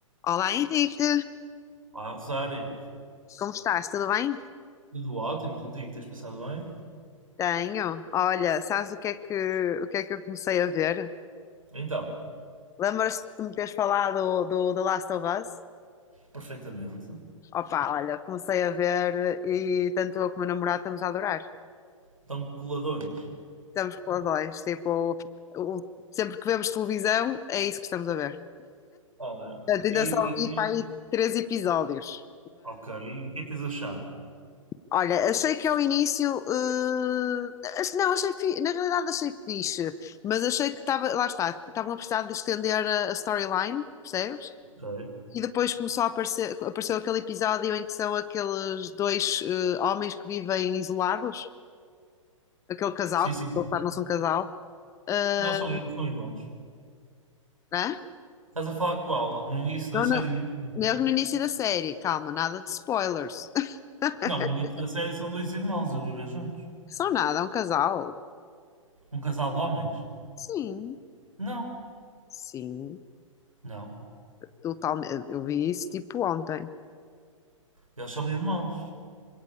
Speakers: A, on the left; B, on the right.
A: Olá Henrique,
B: Olá, Rosário.
A: como estás? Tudo bem?
B: Tudo ótimo contigo? Tens passado bem?
A: Tenho. Olha, sabes o que é que, o que é que eu comecei a ver?
B: Então,
A: Lembras-te de me teres falado do, do The Last of Us?
B: perfeitamente.
A: Opa, olha, comecei a ver e tanto eu como o meu namorado estamos a adorar.
B: Estão coladões.
A: Estamos com os dois, tipo, o- sempre que vemos televisão é isso que estamos a ver.
B: Olha,
A: Portanto, ainda
B: e,
A: só
B: e
A: vi
B: como
A: para
B: é-
A: aí três episódios,
B: Ok, e o que é que tens achado?
A: Olha, achei que ao início. eh, ach- não, achei fi- na realidade achei fixe, mas achei que estava. Lá está, estavam a precisar de estender a, a storyline, percebes?
B: Ok.
A: E depois começou a aparecer, apareceu aquele episódio em que são aqueles dois eh, homens que vivem isolados, aquele casal,
B: Sim, sim,
A: que
B: sim.
A: eles claro, não são casal. Eh,
B: Não, são, ir- são irmãos.
A: né?
B: Estás a falar qual? No início
A: Não,
B: da série
A: não.
B: mesmo?
A: Mesmo no início da série, calma, nada de spoilers. <laughs>
B: Não, no início da série são dois irmãos a viver juntos.
A: São nada, é um casal.
B: Um casal de homens?
A: Sim,
B: Não,
A: sim,
B: não.
A: totalmente. Eu vi isso tipo ontem.
B: Eles são irmãos.